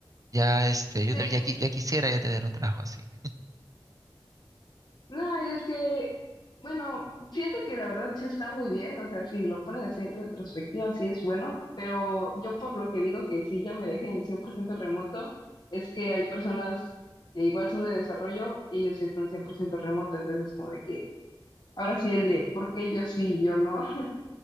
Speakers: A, on the right; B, on the left.
A: Ya, este, yo
B: Sí,
A: también ya, qui- ya quisiera ya tener un trabajo así.
B: No, y es que, bueno, siento que la verdad sí está muy bien, o sea, si lo pones así en retrospectiva, sí es bueno, pero yo por lo que digo que sí ya me dejé en 100% remoto, es que hay personas que igual son de desarrollo y ellos sí están 100% remoto, entonces como de que, ahora sí el de, ¿por qué yo sí y yo no? <laughs>